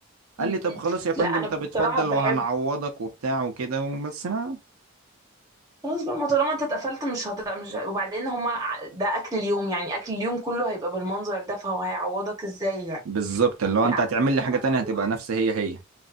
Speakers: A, on the right; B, on the right.
A: امم
B: قال لي طب خلاص يا فندم
A: لا انا
B: طب
A: بصراحه
B: اتفضل
A: بحب
B: وهنعوضك وبتاع وكده وبس ما
A: خلاص بقى ما طالما انت اتقفلت مش هت... مش وبعدين هما ع- ده اكل اليوم يعني اكل اليوم كله هيبقى بالمنظر ده فهو هيعوضك ازاي يعني
B: بالظبط اللي هو
A: لا
B: انت هتعمل لي حاجه
A: أنا عموماً-
B: تانية هتبقى نفس هي هي